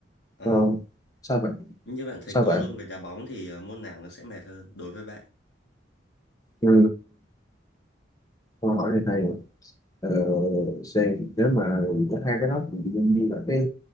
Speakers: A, on the left; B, on the left.
A: ờ,
B: ờ, sao vậy
A: như bạn thấy
B: sao
A: cầu
B: vậy
A: lông với đá bóng thì ờ, môn nào nó sẽ mệt hơn đối với bạn?
B: ừ. câu hỏi này hay à? ờ, xem nếu mà có hai cái đó thì đương nhiên là cái